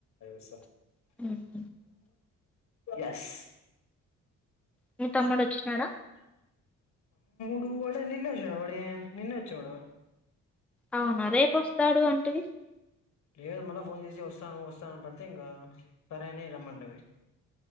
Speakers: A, on the left (about 65°); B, in the centre.
A: అసా
B: <inaudible>
A: ఎస్
B: మీ తమ్ముడు వచ్చినాడా
A: వాడ నిన్న వచ్చడ వడ నిన్న వచ్చోడు
B: అవునా రేపుస్తాడు అంటివి.
A: లేదు మళ్ళా ఫోన్ చేసి వస్తాను వస్తాను అని పడితే ఇంకా. సరేని రమ్మంటవి